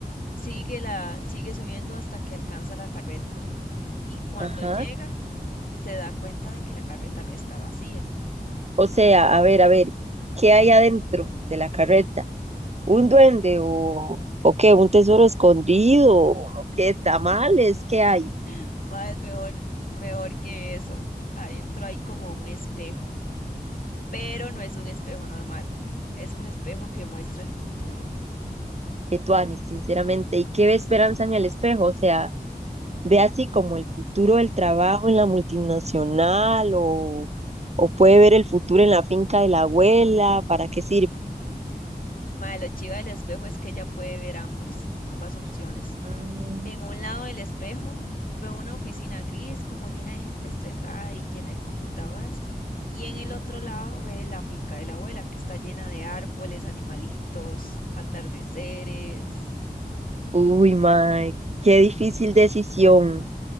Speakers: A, on the left; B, on the right.
A: sigue la sigue subiendo hasta que alcanza la carreta. Y cuando
B: Ajá.
A: llega se da cuenta de que la carreta no está vacía.
B: O sea, a ver, a ver, ¿qué hay adentro de la carreta? ¿Un duende o, o qué? ¿Un tesoro escondido? ¿O qué tamales? ¿Qué hay?
A: <laughs> Mae, es mejor, mejor que eso. Adentro hay como un espejo, pero no es un espejo normal. Es un espejo que muestra el futuro.
B: Que tuani, sinceramente. ¿Y qué ve esperanza en el espejo? O sea. ve así como el futuro del trabajo en la multinacional o, o puede ver el futuro en la finca de la abuela, ¿para qué sirve?
A: Ujú. Mae, lo chiva del espejo es que ella puede ver ambos, ambas opciones.
B: Ah,
A: En un lado del espejo veo una oficina gris como llena de gente estresada y llena de computadoras, y en el otro lado ve la finca de la abuela que está llena de árboles, animalitos, atardeceres.
B: Uy, mae, qué difícil decisión,